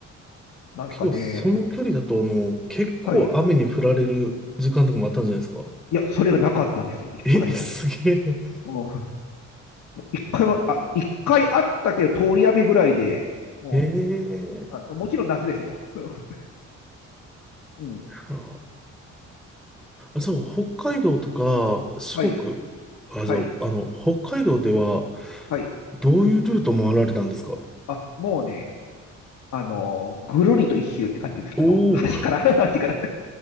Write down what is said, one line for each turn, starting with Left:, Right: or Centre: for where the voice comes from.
Left: なんですかね。
Centre: 結構、その距離だと、
Left: あ、
Centre: あの、結構雨に降られる時間とかもあったんじゃないですか
Left: はい。いや、それがなかったんですよ、一回も。
Centre: え、すげえ。
Left: うん一回も、あ、一回あったけど、通り雨ぐらいで、も
Centre: ええ
Left: う、あ、もちろん夏ですよ。<laughs> うん、
Centre: あ、そう、北海道とか、四国、
Left: はい、
Centre: あ、
Left: はい、
Centre: じゃあ、あの、北海道では、
Left: はい。
Centre: どういうルート回られたんですか
Left: あ、もうね、あの、ぐるりと一周って感じです。
Centre: おおー、
Left: あの、端から、<laughs> 端から。